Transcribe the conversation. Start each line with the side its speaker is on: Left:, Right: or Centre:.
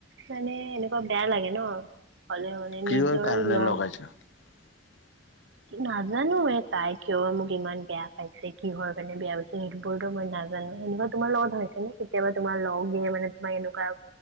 Right: মানে এনেকুৱাত বেয়া লাগে ন, হ'লেও
Left: কিহৰ
Right: নিজৰেই
Left: কাৰণে
Right: লগ
Left: লগাইছা? <inaudible>
Right: নাজানো, এই তাই কিয় মোক ইমান বেয়া পাইছে, কিহৰ কাৰণে বেয়া পাইছে, সেইটো মই নাজানোঁ অ', এনেকুৱা তোমাৰ লগত হৈছে নে কেতিয়াবা তোমাৰ লগ খিনি মানে তোমাক এনেকুৱা